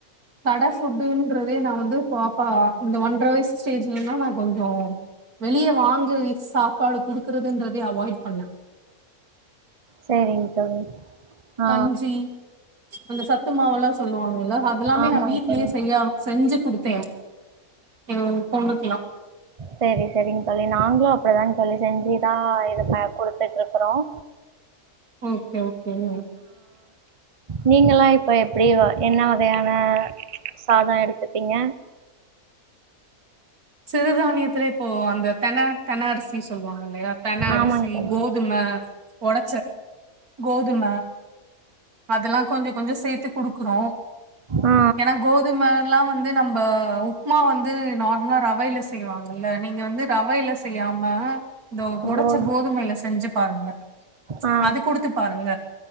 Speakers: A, on the right (about 85°); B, on the right (about 30°).
A: கடை ஃபுட்டுன்றதே நா வந்து பாப்பா இந்த ஒன்றரை வயசு ஸ்டேஜ்லன்னா நா கொஞ்சோ வெளிய வாங்கு சாப்பாடு குடுக்கறதுன்றதே அவாய்ட் பண்ண
B: செரிங்க தோழி ஆ
A: கஞ்சி அந்த சத்து மாவுல்லா சொல்லுவாங்கல்ல அதெல்லாமே
B: ஆமாங்க
A: நா வீட்லயே
B: தோழி
A: செய்யா செஞ்சு குடுத்தே என் பொண்ணுக்கெல்லா
B: செரி செரிங்க தோழி நாங்களும் அப்டிதா தோழி செஞ்சுதா இது குடுத்துட்டு இருக்குறோம்
A: ஓகே ஓகேங்க
B: நீங்கல்லா இப்ப எப்டி ஆ என்ன வகையான சாதம் எடுத்துட்டீங்க
A: சிறுதானியத்தில ஓ அந்த தென தென அரிசி சொல்லுவாங்க இல்லையா தென அரிசி
B: ஆமாங்க தோழி
A: கோதும ஒடச்ச கோதும அதெல்லா கொஞ்சோ கொஞ்சோ சேத்து குடுக்குறோம்
B: ஆ
A: ஏன்னா கோத் அது மாரில்லா வந்து நம்ப உப்மா வந்து நார்மலா ர ரவைல செய்வாங்கல்ல நீங்க வந்து ரவையில செய்யாம இந்த
B: கோது
A: ஒடைச்ச கோதுமையில செஞ்சு பாருங்க
B: ஆ
A: அது குடுத்து பாருங்க